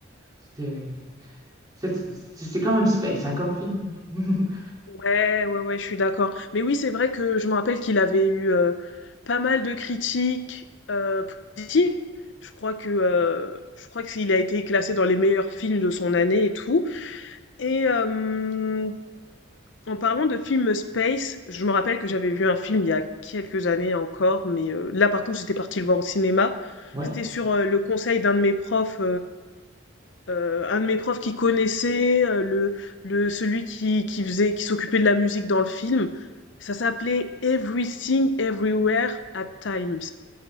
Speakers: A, on the right (about 20°); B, on the left (about 70°).
A: C'était c'est c'est- c'est quand même space, hein, comme film. <laughs>
B: Ouais, ouais, ouais, je suis d'accord. Mais oui, c'est vrai que je me rappelle qu'il avait eu euh, pas mal de critiques euh, positives. Je crois que euh, je crois qu'il a été classé dans les meilleurs films de son année et tout. Et euh, en parlant de film space, je me rappelle que j'avais vu un film il y a quelques années encore, mais euh, là par contre j'étais partie le voir au cinéma.
A: Ouais.
B: C'était sur euh, le conseil d'un de mes profs euh, un de mes profs qui connaissait euh, le, le celui qui, qui faisait qui s'occupait de la musique dans le film. Ça s'appelait Everything Everywhere at Times.